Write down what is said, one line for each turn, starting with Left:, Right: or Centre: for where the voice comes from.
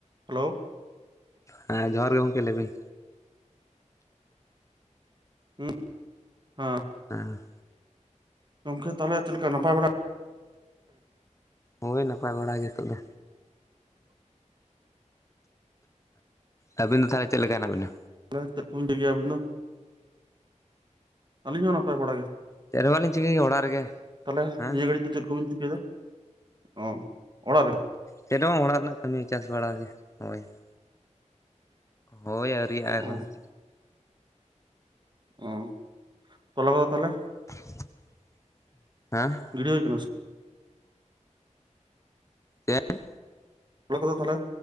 Right: Hello,
Left: ᱦᱮᱸ ᱡᱚᱦᱟᱨ ᱜᱮ ᱜᱚᱢᱠᱮ ᱞᱟ ᱵᱤᱱ?
Right: ᱩᱸᱜ -ᱦᱟᱸᱜ ᱾
Left: ᱟᱸᱻ
Right: ᱜᱚᱢᱠᱮ ᱛᱟᱞᱦᱮ ᱪᱮᱫ ᱞᱮᱠᱟ ᱱᱟᱯᱟᱭ ᱵᱟᱲᱟᱜ
Left: ᱦᱳᱭ, ᱱᱟᱯᱟᱭ ᱵᱟᱲᱟ ᱱᱤᱛᱚᱜ ᱫᱚ᱾ ᱟᱼᱟᱵᱤᱱ ᱫᱚ ᱛᱟᱞᱦᱮ ᱪᱮᱫ ᱞᱮᱠᱟ ᱦᱮᱱᱟᱜ ᱵᱤᱱᱟ?
Right: ᱛᱟᱦᱮ ᱪᱮᱜ ᱠᱚᱵᱮᱱ ᱪᱤᱠᱟᱹᱭᱟ ᱟᱵᱤᱱ ᱫᱚ ᱟᱹᱞᱤᱧ ᱦᱚᱸ ᱱᱟᱯᱟᱭ ᱵᱟᱲᱟ ᱜᱮ
Left: ᱪᱮᱫ ᱦᱚᱸ
Right: ᱾
Left: ᱵᱟᱹᱞᱤᱧ ᱪᱤᱠᱟᱹᱭ ᱜᱮᱭᱟ ᱚᱲᱟᱜ ᱨᱮᱜᱮ
Right: ᱛᱟᱞᱦᱮ
Left: ᱦᱮᱸ
Right: ᱱᱤᱭᱟᱹ ᱜᱷᱟᱹᱲᱤᱡ ᱫᱚ ᱪᱮᱫ ᱠᱚᱵᱤᱱ ᱪᱤᱠᱟᱹᱭ ᱫᱟ? ᱚᱸᱜ ᱚᱲᱟᱜ ᱨᱮᱜᱮ ᱾
Left: ᱪᱮᱴ ᱦᱚᱸ ᱚᱲᱟᱜ ᱨᱮᱱᱟᱜ ᱠᱟᱹᱢᱤ ᱪᱟᱥ ᱵᱟᱲᱟ ᱜᱮ ᱦᱳᱜ-ᱚᱸᱭ ᱾ ᱦᱳᱭ, ᱟᱹᱣᱨᱤᱭᱟᱜᱼᱟ ᱮᱠᱷᱚᱱ
Right: ᱚ
Left: ᱾
Right: ᱚᱸ, ᱛᱚᱞᱟ ᱠᱚᱫᱚ ᱛᱟᱞᱦᱮ?
Left: ᱴᱮᱝ- ᱜᱚᱡ ᱦᱟᱸ!
Right: ᱜᱤᱰᱤ ᱦᱳᱭ ᱠᱟᱱᱟ ᱥᱮ?
Left: ᱪᱮᱴ?
Right: ᱦᱚᱲᱳ ᱠᱚᱫᱚ ᱛᱟᱞᱦᱮ